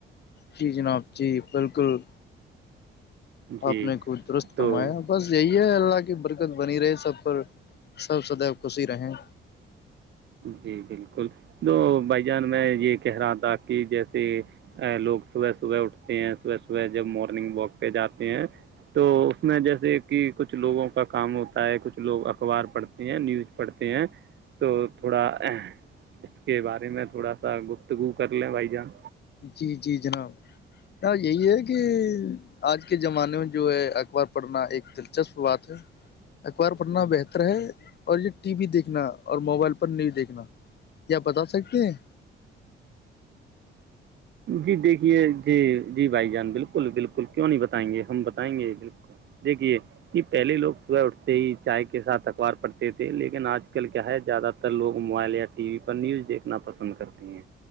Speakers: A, on the left; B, on the right.
A: جی جناب جی بالکل
B: جی
A: آپ نے کود درست
B: تو
A: فمایا بس یہی ہے اللہ کی برکت بنی رہے سب پر سب سد خوشی رہیں
B: جی بالکل دو بھائی جان میں یہ کہہ رہا تھا کہ جیسے لوگ صبح صبح اٹھتے ہیں صبح صبح جب مارننگ واک پہ جاتے ہیں تو اس میں جیسے کہ کچھ لوگوں کا کام ہوتا ہے کچھ لوگ اخبار پڑھتے ہیں نیوز پڑھتے ہیں تو تھوڑا اس کے بارے میں تھوڑا سا گفتگو کر لیں بھائی جان
A: جی جی جناب یہی ہے کہ آج کے زمانے میں جو ہے اخبار پڑھنا ایک دلچسپ بات ہے اخبار پڑھنا بہتر ہے اور یہ ٹی وی دیکھنا اور موبائل پر نیو دیکھنا کیاپ بتا سکتے ہیں
B: جی دیکھیے جی جی بھائی جان بالکل بالکل کیوں نہیں بتائیں گے ہم بتائیں گے بالکل دیکھیے کہ پہلے لوگ صبح اٹھتے ہی چائے کے ساتھ اخبار پڑھتے تھے لیکن آج کل کیا ہے زیادہ تر لوگ موبائل یا ٹی وی پر نیوز دیکھنا پسند کرتے ہیں